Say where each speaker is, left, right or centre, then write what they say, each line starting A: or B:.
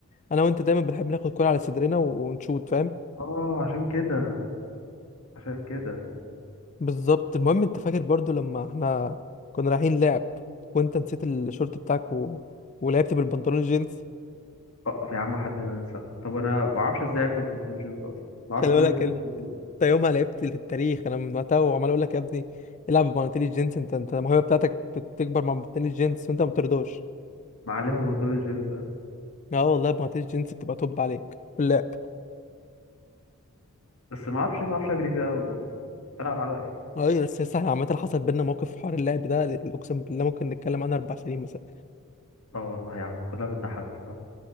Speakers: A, on the left (about 35°); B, on the left (about 70°).
A: انا وانت دايما بنحب ناخد كوره على صدرنا ونشوت فاهم
B: اه عشان كده عشان كده
A: بالظبط المهم انت فاكر برضو لما احنا كنا رايحين لعب وانت نسيت الشورت بتاعك و... ولعبت بالبنطلون الجينز
B: اه يا عم حد ينسى طب انا ما اعرفش ازاي عرفت بمنتوج جينز اصلا ما اعرفش
A: خلي
B: ازاي
A: بالك
B: نسيت
A: انت
B: الشورت ده
A: يومها لعبت للتاريخ انا من وقتها وعمال اقول لك يا ابني العب ببناطيل الجينز انت انت الموهبه بتاعتك بتكبر مع بناطيل الجينز وانت ما بترضاش
B: معلمه بمنتوج جينز
A: اه والله بناطيل الجينز بتبقى توب عليك لا
B: بس ما اعرفش ما اعرفش اجري فيها قوي برضه بلعب على الواقف
A: ايوه بس بس احنا عامة حصل بينا موقف في حوار اللعب ده اقسم بالله ممكن نتكلم عنه اربع سنين مثلا
B: اه والله يا عم كلها بتضحك بصراحه